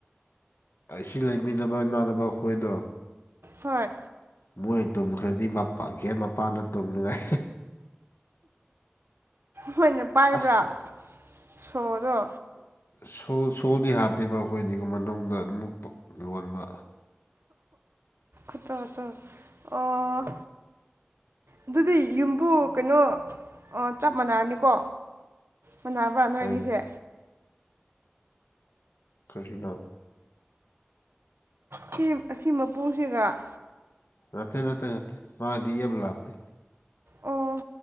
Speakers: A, on the left; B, on the right.
A: ꯑꯩ ꯂꯩꯃꯤꯟꯅꯕ ꯏꯃꯥꯟꯅꯕ ꯑꯩꯈꯣꯏꯗꯣ
B: ꯍꯣꯏ
A: ꯃꯣꯏ ꯇꯨꯝꯈ꯭ꯔꯗꯤ ꯃꯒꯦꯟ ꯃꯄꯥꯟꯅ ꯇꯨꯝꯅꯤꯡꯉꯥꯏ
B: ꯃꯣꯏꯅ ꯄꯥꯏꯕ꯭ꯔꯥ
A: ꯑꯁ
B: ꯁꯣꯗꯣ
A: ꯁꯣ ꯁꯣꯜꯗꯤ ꯍꯥꯞꯇꯦꯕ ꯑꯩꯈꯣꯏꯗꯤ ꯃꯅꯨꯡꯗ ꯑꯗꯨꯝ ꯌꯣꯟꯕ
B: ꯑꯠꯇꯣꯠꯇꯣ ꯑꯣ ꯑꯗꯨꯗꯤ ꯌꯨꯝꯕꯨ ꯀꯩꯅꯣ ꯆꯞ ꯃꯥꯟꯅꯔꯅꯤꯀꯣ ꯃꯅꯥꯕ꯭ꯔꯥ ꯅꯣꯏ
A: ꯍꯥꯏꯕꯗꯤ
B: ꯑꯅꯤꯁꯦ
A: ꯀꯔꯤꯅꯣ
B: ꯁꯤ ꯑꯁꯤ ꯃꯄꯨꯁꯤꯒ
A: ꯅꯅꯥꯠꯇ ꯅꯅꯥꯠꯇ ꯅꯅꯥꯠꯇ ꯃꯥ ꯂꯤꯑꯕ ꯂꯥꯞꯄꯦ
B: ꯑꯣ